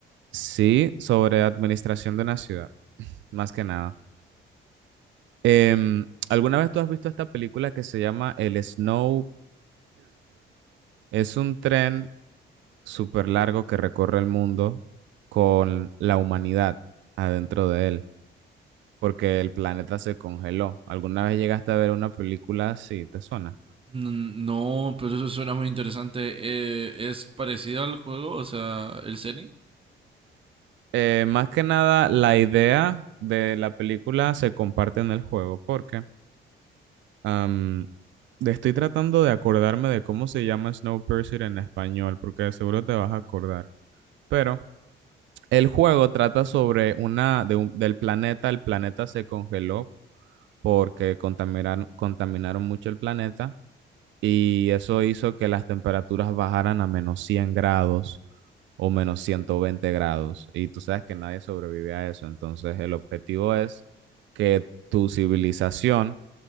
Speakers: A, on the right; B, on the right.
A: Sí, sobre administración de una ciudad, más que nada. Em, ¿alguna vez tú has visto esta película que se llama El Snowpiercer? Es un tren súper largo que recorre el mundo con la humanidad adentro de él, porque el planeta se congeló. ¿Alguna vez llegaste a ver una película así? ¿Te suena?
B: N- No, pero eso suena muy interesante. Eh, ¿es parecido al juego? O sea, el setting.
A: Eh, más que nada, la idea de la película se comparte en el juego, porque Am, de- estoy tratando de acordarme de cómo se llama Snowpiercer en español, porque de seguro te vas a acordar. Pero el juego trata sobre una de un- del planeta. El planeta se congeló porque contaminaron, contaminaron mucho el planeta y eso hizo que las temperaturas bajaran a menos 100 grados o menos 120 grados. Y tú sabes que nadie sobrevive a eso. Entonces el objetivo es que tu civilización